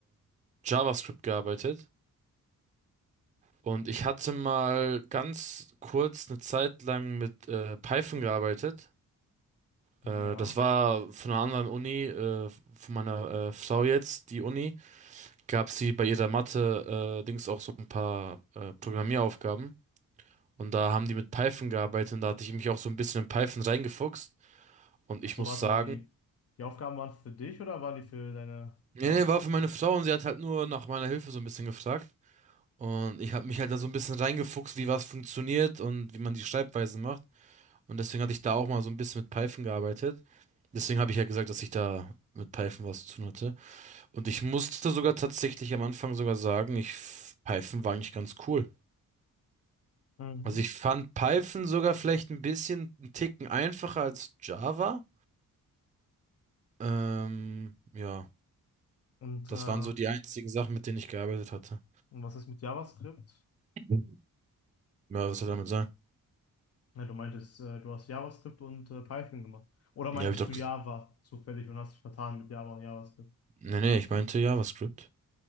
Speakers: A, on the right; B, on the left.
A: JavaScript gearbeitet. Und ich hatte mal ganz kurz eine Zeit lang mit äh, Python gearbeitet. Äh,
B: Ja.
A: das war von einer anderen Uni, äh, von meiner äh, Frau jetzt, die Uni. Gab sie bei ihrer Mathe-Dings auch so ein paar äh, Programmieraufgaben. Und da haben die mit Python gearbeitet und da hatte ich mich auch so ein bisschen in Python reingefuchst. Und
B: Also
A: ich muss
B: warte
A: sagen,
B: mal, die, die Aufgaben waren für dich oder waren die für deine
A: nee,
B: Frau?
A: nee, war für meine Frau und sie hat halt nur nach meiner Hilfe so ein bisschen gefragt. Und ich habe mich halt da so ein bisschen reingefuchst, wie was funktioniert und wie man die Schreibweise macht. Und deswegen hatte ich da auch mal so ein bisschen mit Python gearbeitet. Deswegen habe ich ja gesagt, dass ich da mit Python was zu tun hatte. Und ich musste sogar tatsächlich am Anfang sogar sagen, ich, Python war eigentlich ganz cool.
B: Mhm.
A: Also ich fand Python sogar vielleicht ein bisschen einen Ticken einfacher als Java. Ähm, ja,
B: Und,
A: das
B: äh,
A: waren so die einzigen Sachen, mit denen ich gearbeitet hatte.
B: und was ist mit JavaScript?
A: Mhm. Ja, was soll damit sein?
B: Ja, du meintest, äh, du hast JavaScript und äh, Python gemacht. Oder
A: Ja,
B: meintest
A: hab ich doch.
B: du
A: ges-
B: Java zufällig und hast dich vertan mit Java und JavaScript?
A: Nee, nee, ich meinte JavaScript.